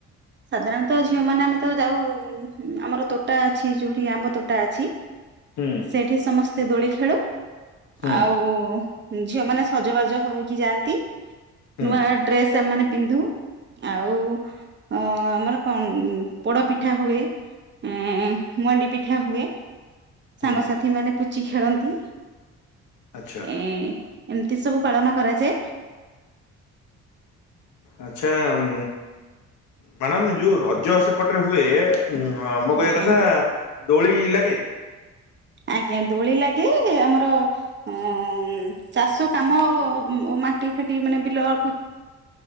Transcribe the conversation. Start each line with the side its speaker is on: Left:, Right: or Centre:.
Right: ସାଧାରଣତ ଝିଅମାନେ ଆମେ ତ ଯାଉ ଉଁ ଆମର ତୋଟା ଅଛି ଯୋଉଠି ଆମ୍ବତୋଟା ଅଛି।
Left: ହୁଁ
Right: ସେଠି ସମସ୍ତେ ଦୋଳି ଖେଳୁ
Left: ହୁଁ
Right: ଆଉ ଝିଅମାନେ ସଜବାଜ ହୋଇକି ଯାଆନ୍ତି
Left: ହୁଁ
Right: ନୂଆ ଡ୍ରେସ୍ ସେମାନେ ପିନ୍ଧୁ ଆଉ ଅ ଆମର କଣ ପୋଡ ପିଠା ହୁଏ। ଆଁ ମନ୍ଦି ପିଠା ହୁଏ।
Left: ହୁଁ
Right: ସାଙ୍ଗସାଥି ମାନେ ପୁଚି ଖେଳନ୍ତି।
Left: ଆଚ୍ଛା
Right: ଏ ଏମତି ସବୁ ପାଳନ କରାଯାଏ।
Left: ଆଚ୍ଛା ଉଁ ମ୍ୟାଡ଼ାମ ଯୋଉ ରଜ ସେପଟରେ ହୁଏ ଉଁ ମୋ କହିବା
Right: ଆଜ୍ଞା
Left: କଥା ଦୋଳି ଲାଗେ?
Right: ଆଜ୍ଞା ଦୋଳି ଲାଗେ ଆମର ଅଁ ଉଁ ଚାଷକାମ ଉଁ ଓ ମାଟି ଫାଟି ମାନେ ବିଲକୁ